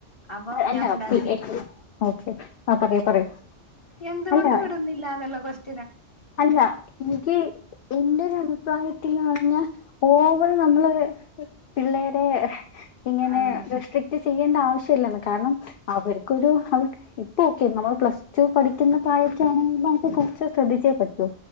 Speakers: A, on the left; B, on the left.
A: അപ്പം
B: അല്ല
A: ഞാൻ മിണ്ടാതിരി
B: പി- എ- ഓക്കെ ആ പറയൂ പറയൂ
A: എന്തുകൊണ്ട്
B: അല്ല
A: വിടുന്നില്ലാന്നുള്ള ക്വസ്
B: അല്ല നിക്ക് എന്റെ ഒരു അഭിപ്രായ ത്തില് പറഞ്ഞാ ഓവറ് നമ്മള് പിള്ളേരെ ഇങ്ങനെ
A: ആഹ്
B: റിസ്ട്രിക്റ്റ് ചെയ്യേണ്ട ആവശ്യല്ലാന്ന് കാരണം അവർക്കൊരു അവർ ഇപ്പൊ ഒക്കെ നമ്മൾ പ്ലസ്ടു പഠിക്കുന്ന പ്രായക്കൊയാണെങ്കില് നമുക്ക് കൊറച്ച് ശ്രദ്ധിച്ചേ പറ്റോ